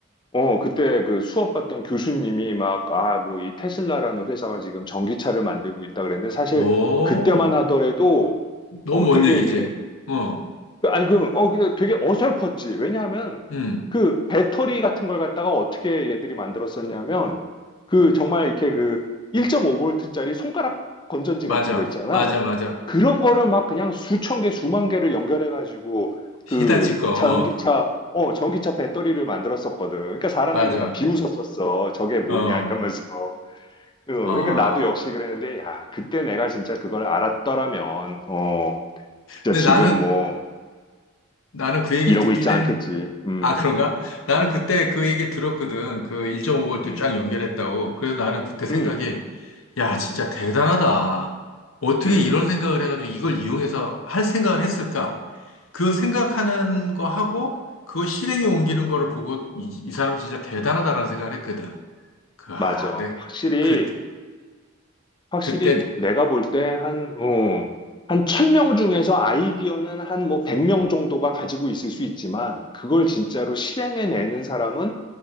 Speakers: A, on the left; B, on the left.
A: 어, 그때 그 수업 받던 교수님이 막, 아, 뭐 이 테슬라라는 회사가 지금 전기차를 만들고 있다 그랬는데 사실
B: 오,
A: 그때만 하더라도
B: 너무
A: 어,
B: 먼
A: 되게
B: 얘기지.
A: 이렇게
B: 어,
A: 그- 아니, 그, 어, 근데 되게 어설펐지. 왜냐하면
B: 음,
A: 그 배터리 같은 걸 갖다가 어떻게 얘들이 만들었었냐면 그 정말 이렇게 그 1.5V짜리 손가락 건전지
B: 맞아.
A: 같은 거 있잖아.
B: 맞아, 맞아.
A: 그런 거를 막 그냥 수천 개, 수만 개를 연결해가지고 그
B: 히다치 거, 어,
A: 전기차, 어, 전기차 배터리를 만들었었거든. 그러니까 사람들이
B: 맞아.
A: 다 비웃었었어. 저게 뭐냐
B: 어,
A: 이러면서. 어,
B: 아.
A: 그러니까 나도 역시 그랬는데, 야, 그때 내가 진짜 그걸 알았더라면, 어, 진짜
B: 근데
A: 지금
B: 나는,
A: 뭐,
B: 나는 그 얘기를
A: 이러고
B: 듣긴
A: 있지 않겠지.
B: 했는데,
A: 음,
B: 아, 그런가? 나는 그때 그 얘기를 들었거든. 그 1.5V
A: 음,
B: 쫙 연결했다고. 그래서 나는 그때 생각이,
A: 음,
B: 야, 진짜 대단하다. 어떻게
A: 음,
B: 이런 생각을 해가지고 이걸 이용해서 할 생각을 했을까? 그 생각하는 거 하고, 그거 실행에 옮기는 거를 보고, 이, 이 사람 진짜 대단하다라는 생각을 했거든. 그, 아,
A: 맞아.
B: 네
A: 확실히,
B: 그,
A: 확실히
B: 그때
A: 내가 볼 때 한, 어, 한 천 명 중에서 아이디어는 한 뭐 백 명 정도가 가지고 있을 수 있지만, 그걸 진짜로 실행해내는 사람은